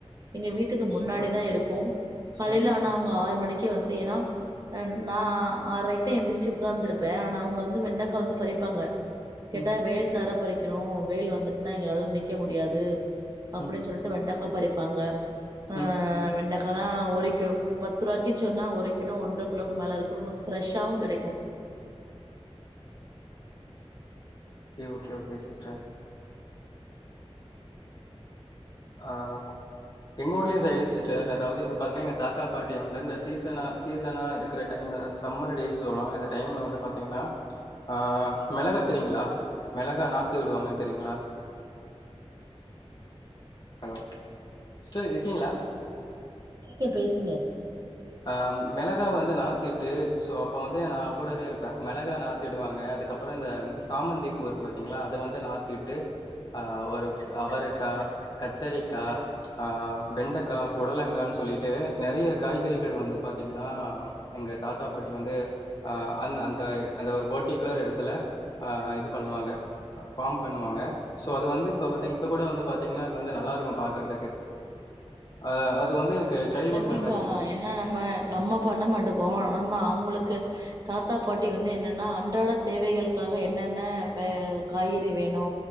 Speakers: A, on the right (about 40°); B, on the left (about 40°).
A: எங்க வீட்டுக்கு முன்னாடிதான்
B: சூப்பர்
A: இருக்கும் காலையல
B: ம்
A: ஆனா அவங்க ஆறு மணிக் வந்து ஏன்னா நான் ஆர்ரைக்கு எழுந்திச்சு உட்கார்ந்துருப்பேன் ஆனா அவங்க வந்து வெண்ட வந்து பறிப்பாங்க கேட்டா
B: ம்
A: வெயில் தார பறிக் ம் வெயில் வந்துட்டுன்னா எங்களால நிக்க முடியாது அப்டின்னு
B: ம்
A: சொல்லிட்டு வெண்டக்கா பறிப் ப்பாங்க ஆஹ்
B: ம்
A: வெண்ட அல்லாம் ஒரு கிலோ பத்து ரூபாய்க்கு சொன்னா ஒரு கிலோ ஒன்ற கிலோக்கு மேல இருக்கும் ஃப்ரெஷ்ஷாவும் கெடைக்கும்
B: ஓகே ஓகே சிஸ்டர் அஹ் எங்க ஊர்லயும் சைடு சிஸ்டர் அதாவது எங்க பாத்தீங்கன்னா எங்க தாத்தா பாட்டி வந்து இந்த சீசனா சீசனா இருக்கிற டைம்ல அந்த சம்மர் டேஸ் சொல்லுவாங்க அந்த டைம்ல வந்து பாத்தீங்கன்னா ஆஹ் மெளகா தெரியுங்களா மெளகா நாத்து விடுவாங்கன்னு தெரியுங்களா ஹலோ சிஸ்டர் இருக்கீங்களா
A: நீங்க பேசுங்க
B: ஆஹ் மெளகாய வந்து நாத்திட்டு சோ அப்ப வந்து நான் கூடவே இருப்பேன் மெளகா நாத்திடுவாங்க க்கு அப்பறோ இந்த சாமந்திப் <unintelligible> பாத்தீங்களா அதது வந்து நாத்திட்டு ஆ ஒரு அவரக்கா கத்தரிக்கா ஆஹ் வெண்டக்கா புடலங்கானு சொல்லிட்டு நெறைய காய் வந்து பாத்தீங்கன்னா எங்க தாத்தா பாட்டி வந்து அஹ் அந்த அந்த ஒரு படிகுலர் இடத்துல ஆ இது பண்ணுவாங்க பார்ம் பண்ணுவாங்க அது வந்து இப்ப கூட வந்து பாத்திங்கன்னா நல்லா இருக்கும் பாக்குறதுக்கு அஹ் அது வந்து எனக் சைல்டுஹுட்
A: கண்டிப்பா
B: மெமரிஸ்
A: ஏன்னா நம்ம நம்ம பண்ண மாட்டுக்கோ ஆனா அவங்களுக்கு தாத்தா பாட்டி வந்து என்னன்னா அன்றாட தேவைகளுக்காக என்னன்ன வே காய்கறி வேணு